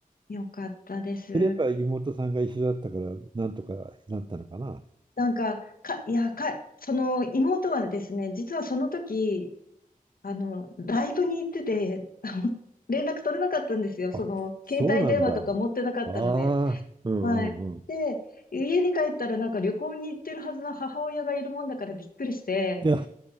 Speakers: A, on the left; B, on the right.
A: よかったです。
B: それやっぱ妹さんが一緒だったから、なんとかなったのかな。
A: なんか、か、いや、か、その妹はですね、実はその時、あの、ライブに行ってて、<laughs> あの連絡取れなかったんですよ。その、
B: あ、そうなんだ。
A: 携帯電話とか持ってなかったので。
B: ああ、うんうんうん。
A: はい。で、家に帰ったらなんか旅行に行ってるはずの母親がいるもんだからびっくりして。
B: いや、<laughs>